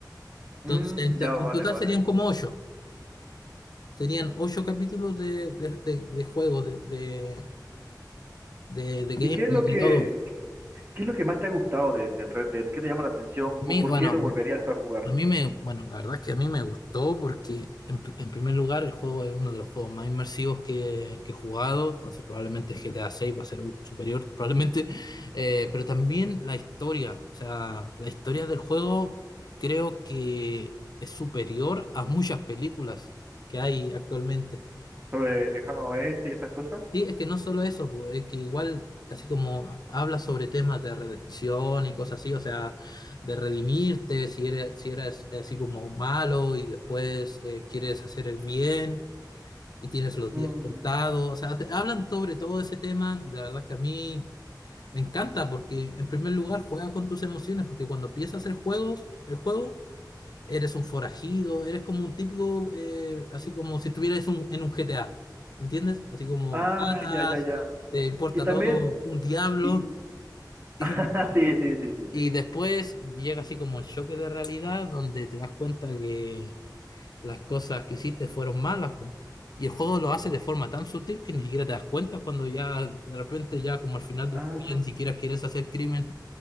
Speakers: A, on the right; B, on the left.
A: Mm,
B: Entonces, en to-
A: ya, vale,
B: en total
A: vale.
B: serían como ocho. Serían ocho capítulos de, de, de- de juego, de, de, de, de game,
A: ¿Y qué es
B: de
A: lo que,
B: todo.
A: qué es lo que más te ha gustado de- del Red Dead? ¿Qué te llama la atención
B: A
A: o
B: mí,
A: por
B: bueno,
A: qué lo volverías a jugar?
B: a mí me, bueno, la verdad es que a mí me gustó porque en, pr- en primer lugar el juego es uno de los juegos más inmersivos que, que he jugado, entonces probablemente GTA 6 va a ser uf, superior, <laughs> probablemente, eh, pero también la historia, o sea, la historia del juego creo que es superior a muchas películas que hay actualmente.
A: ¿Sobre el lejano oeste y esas cosas?
B: Sí, es que no solo eso, pues, es que igual, así como habla sobre temas de redención y cosas así, o sea, de redimirte, si eres, si eres eh, así como malo y después eh, quieres hacer el bien y tienes los
A: Mm,
B: días contados, o sea, te- hablan sobre todo ese tema y la verdad es que a mí me encanta porque en primer lugar juega con tus emociones, porque cuando empiezas a hacer juegos, el juego eres un forajido, eres como un típico, eh, así como si estuvieras un- en un GTA, ¿entiendes? Así como
A: Ah,
B: matas,
A: ya, ya, ya.
B: te importa
A: Y también,
B: todo, un diablo,
A: y,
B: y,
A: <laughs> Sí, sí, sí, sí, sí.
B: y después llega así como el choque de realidad donde te das cuenta que las cosas que hiciste fueron malas, po. Y el juego lo hace de forma tan sutil que ni siquiera te das cuenta cuando ya de repente ya como al final del
A: Ah,
B: juego ya ni siquiera quieres hacer crimen,